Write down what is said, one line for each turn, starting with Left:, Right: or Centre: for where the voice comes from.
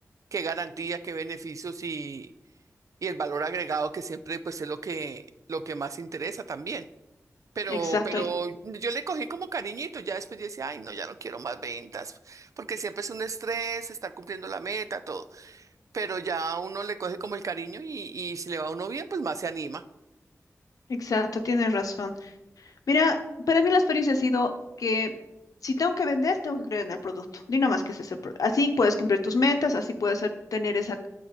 Right: qué garantía, qué beneficios y, y el valor agregado que siempre pues es lo que, lo que más interesa también. Pero,
Left: exacto,
Right: pero
Left: el-
Right: yo le cogí como cariñito, ya después yo decía, ay, no, ya no quiero más ventas, porque siempre es un estrés estar cumpliendo la meta, todo. Pero ya uno le coge como el cariño y, y si le va a uno bien, pues más se anima.
Left: exacto, tienes razón. Mira, para mí la experiencia ha sido que si tengo que vender, tengo que creer en el producto. Di nomás que ese es el problema. Así puedes cumplir tus metas, así puedes ser- tener esa